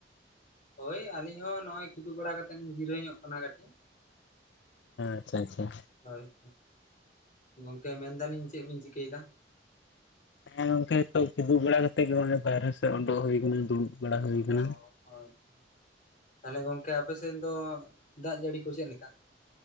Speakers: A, on the left; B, on the left.
A: ᱦᱳᱭ ᱟᱹᱞᱤᱧ ᱦᱚᱸ ᱱᱚᱜᱼᱚᱭ ᱠᱤᱫᱩᱜ ᱵᱟᱲᱟ ᱠᱟᱛᱮᱫ ᱞᱤᱧ ᱡᱤᱨᱟᱹᱣ ᱧᱚᱜ ᱟᱠᱟᱱᱟ ᱠᱟᱹᱴᱤᱡ᱾
B: ᱟᱪᱪᱷᱟ ᱟᱪᱪᱷᱟ
A: ᱦᱳᱭ᱾ ᱜᱚᱝᱠᱮ ᱢᱮᱱᱫᱟ ᱞᱤᱧ ᱪᱮᱫ ᱵᱤᱱ ᱪᱤᱠᱟᱹ ᱭᱮᱫᱟ?
B: ᱦᱮᱸ ᱜᱚᱝᱠᱮ ᱛᱚ ᱠᱤᱫᱩᱜ ᱵᱟᱲᱟ ᱠᱟᱛᱮ ᱜᱮ ᱵᱟᱨᱦᱮ ᱥᱮᱫ ᱩᱰᱩᱠ ᱦᱩᱭ ᱟᱠᱟᱱᱟ ᱫᱩᱲᱩᱵ ᱵᱟᱲᱟ ᱦᱩᱭ
A: ᱚ
B: ᱟᱠᱟᱱᱟ
A: ᱦᱳᱭ ᱛᱚ ᱛᱟᱦᱚᱞᱮ ᱜᱚᱝᱠᱮ ᱟᱯᱮ ᱥᱮᱫ ᱫᱚ ᱫᱟᱜ ᱡᱟᱹᱲᱤ ᱠᱚᱫᱚ ᱪᱮᱫ ᱞᱮᱠᱟ?